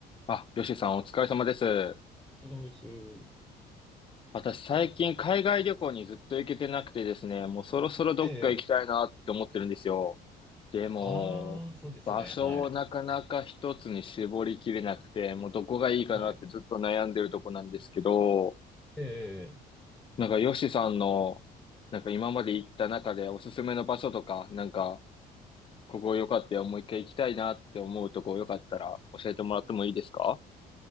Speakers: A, on the left (about 30°); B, in the centre.
A: あ、ヨシさんお疲れ様です。
B: ブドウ酒。
A: 私最近海外旅行にずっと行けてなくてですね、もうそろそろどっか行きたいなって思ってるんですよ。
B: ええ。
A: でも、
B: ああ、そうですよね。
A: 場所をなかなか一つに絞りきれなくて、
B: はい。
A: もうどこがいいかなってずっと悩んでるとこなんですけど、
B: はい。ええ。
A: なんかヨシさんの、なんか今まで行った中でおすすめの場所とか、なんかここ良かったよ、もう一回行きたいなって思うとこよかったら教えてもらってもいいですか